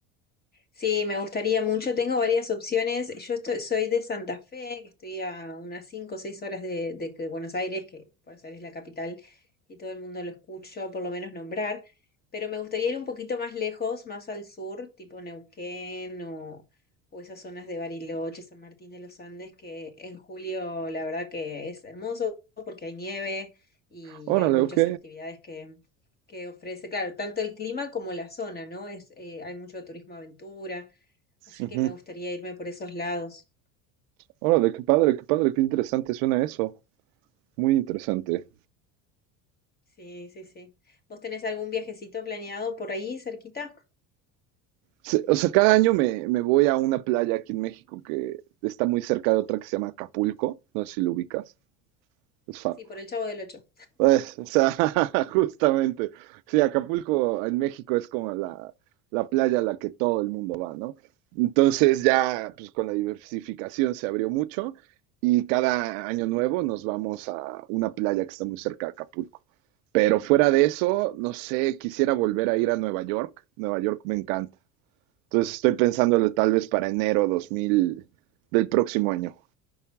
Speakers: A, on the left; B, on the right.
A: Sí, me gustaría mucho. Tengo varias opciones. Yo estoy- soy de Santa Fe, que estoy a unas 5 o 6 horas de, de que Buenos Aires, que Buenos Aires es la capital y todo el mundo lo escucho por lo menos nombrar, pero me gustaría ir un poquito más lejos, más al sur, tipo Neuquén o, o esas zonas de Bariloche, San Martín de los Andes, que en julio la verdad que es hermoso porque hay nieve y
B: Órale,
A: hay muchas
B: ok.
A: actividades que ofrece, claro, tanto el clima como la zona, ¿no? Es, eh, hay mucho turismo aventura, así
B: Ujú.
A: que me gustaría irme por esos lados.
B: Órale, qué padre, qué padre, qué interesante suena eso. Muy interesante.
A: Sí, sí, sí. ¿Vos tenés algún viajecito planeado por ahí cerquita?
B: Se- O sea, cada año me, me voy a una playa aquí en México que está muy cerca de otra que se llama Acapulco. No sé si lo ubicas. Es fa-
A: Sí, por el Chavo del Ocho.
B: Pues, o sea, <laughs> justamente. Sí, Acapulco en México es como la, la playa a la que todo el mundo va, ¿no? Entonces ya, pues con la diversificación se abrió mucho y cada año nuevo nos vamos a una playa que está muy cerca de Acapulco. Pero fuera de eso, no sé, quisiera volver a ir a Nueva York. Nueva York me encanta. Entonces estoy pensándolo tal vez para enero 2000 del próximo año.